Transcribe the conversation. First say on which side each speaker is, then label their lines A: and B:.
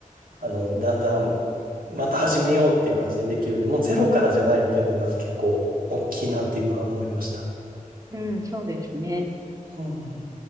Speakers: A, on the right; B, on the right.
A: あの、だんだん、また始めようっていう感じでできるんで、もうゼロからじゃないっていうのが結構大きいなって今思いました。
B: うん、そうですね。
A: うん。